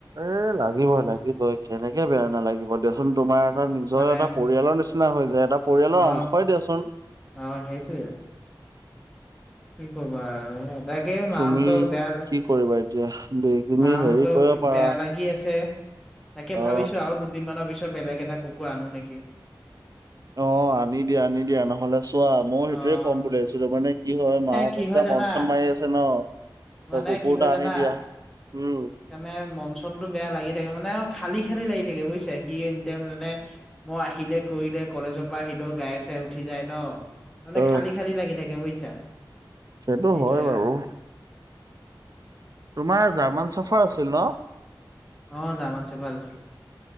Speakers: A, on the right (about 50°); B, in the centre.
A: এ লাগিবই লাগিবই কেনেকে বেয়া নালাগিব দিয়াচোন তোমাৰ এটা নিজৰ
B: মানে
A: এটা পৰিয়ালৰ নিচিনা নিচিনা হৈ যায় এটা পৰিয়ালৰ
B: অ
A: অংশই দিয়াচোন
B: অ সেইটোৱে কি কবা আৰু স তাকে মাহতো
A: তুমি
B: বেয়া যে
A: কি কৰিবা এতিয়া বে- তুমি
B: মাহোতো
A: হেৰি কৰিব পাৰা
B: বেয়া লাগি আছে তাকে
A: অ
B: ভাবিছো আৰু দুদিনমানৰ পিছত পিছত বেলেগ এটা কুকুৰ আনো নেকি?
A: অ আনি দিয়া আনি দিয়া নহলে চোৱা মই সেইটোয়ে
B: অ
A: ক'ম বুলি ভাবিছিলো মানে কি হয় মাহ
B: কি
A: দেউতা
B: হয় জানা
A: মন চন মাৰি আছে ন ত
B: মানে
A: কুকুৰ
B: কি
A: এটা
B: হয়
A: আনি
B: জানা
A: দিয়া উম
B: মানে মন চনটো বেয়া লাগি থাকে মানে, খালি খালি লাগি থাকে বুজিছে সি এনিটাইম মানে মই আহিলে কৰিলে কলেজৰ পৰা আহিলো গাইয়ে চায়ে আছে উঠি যায় ন মানে
A: অ
B: খালি খালি লাগি থাকে বুজিছা
A: সেইটো
B: সেইটোয়ে
A: হয় বাৰু
B: আৰু
A: তোমাৰ জাৰ্মান চাফাৰ আছিল ন
B: অ জামান চেপাৰ আছিল